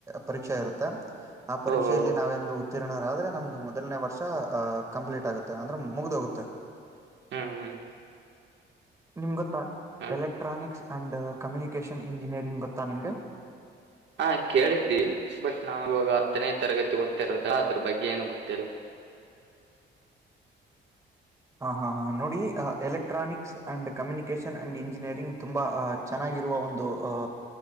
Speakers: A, on the right; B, on the right.
A: ಪರೀಕ್ಷೆ ಇರುತ್ತೆ ಆ ಪರೀಕ್ಷೆಯಲ್ಲಿ
B: ಓಹೋ
A: ನಾವೇನಾದ್ರು ಉತ್ತಿರಣದರೆ ನಮ್ದು ಮೊದಲನೇ ವರ್ಷ ಅ್ ಕಂಪ್ಲೀಟ್ ಆಗುತ್ತೆ ಅಂದ್ರೆ ಮುಗ್ದೋಗುತ್ತೆ
B: ಹ್ಮ್ ಹ್ಮ್
A: ನಿಮ್ ಗೊತ್ತಾ
B: ಹ್ಮ್
A: ಎಲೆಕ್ಟ್ರಾನಿಕ್ಸ್ ಅಂಡ್ ಕಮ್ಯುನಿಕೇಶನ್ ಇಂಜಿನಿಯರಿಂಗ್ ಗೊತ್ತಾ ನಿಮ್ಗೆ
B: ಹಾ ಕೇಳಿದ್ದೀ ಬಟ್ ನಾವ ಇವಾಗ ಹತ್ತನೇ ತರಗತಿ ಓದುತಾ ಇರೋದಾ ಅದ್ರ ಬಗ್ಗೆ ಏನು ಗೊತ್ತಿಲ್ಲ
A: ಹ ಹಾ ಹಾ ನೋಡಿ electronics and communication and engineering ತುಂಬಾ ಆ ಚೆನ್ನಾಗಿ ಇರುವ ಒಂದು ಆ